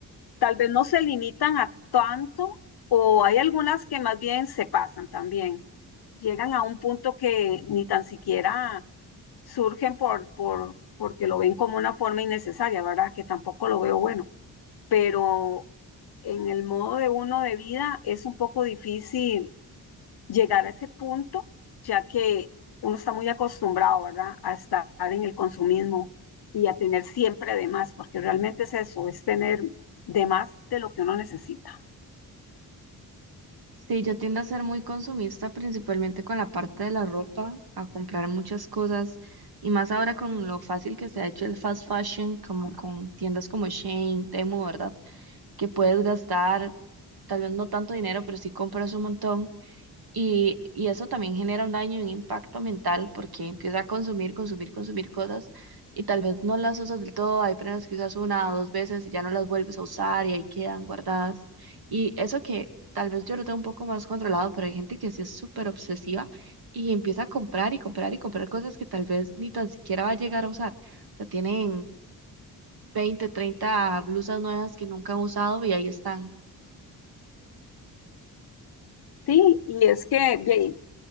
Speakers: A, on the left; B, on the right.
A: tal vez no se limitan a tanto o hay algunas que más bien se pasan también. Llegan a un punto que ni tan siquiera surgen por, por, porque lo ven como una forma innecesaria, ¿verdad? Que tampoco lo veo bueno. Pero en el modo de uno de vida es un poco difícil llegar a ese punto, ya que uno está muy acostumbrado, ¿verdad?, a estar en el consumismo y a tener siempre de más, porque realmente es eso, es tener de más de lo que uno necesita.
B: Sí, yo tiendo a ser muy consumista, principalmente con la parte de la ropa, a comprar muchas cosas y más ahora con lo fácil que se ha hecho el fast fashion, como con tiendas como Shein, Temu, ¿verdad? Que puedes gastar tal vez no tanto dinero, pero sí compras un montón Y, y eso también genera un daño y un impacto mental porque empieza a consumir, consumir, consumir cosas y tal vez no las usas del todo. Hay prendas que usas una o dos veces y ya no las vuelves a usar y ahí quedan guardadas. Y eso que tal vez yo lo tengo un poco más controlado, pero hay gente que sí es súper obsesiva y empieza a comprar y comprar y comprar cosas que tal vez ni tan siquiera va a llegar a usar. O sea, tienen 20 30 blusas nuevas que nunca han usado y ahí están.
A: Sí, y es que bien,